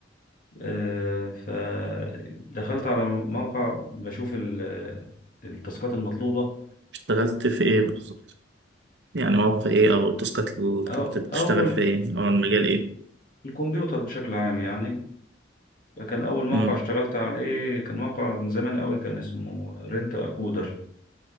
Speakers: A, on the left; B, on the right.
A: آه، فدخلت على موقع بشوف ال- آه، التاسكات المطلوبة
B: اشتغلت في إيه بالظبط؟ يعني مواقع ايه او التاسكات اللي كنت
A: أو
B: بتشتغل
A: أول
B: في ايه او المجال ايه
A: الكمبيوتر بشكل عام يعني كان أول موقع
B: امم
A: اشتغلت عليه كان موقع من زمان قوي كان اسمه رنت أكودر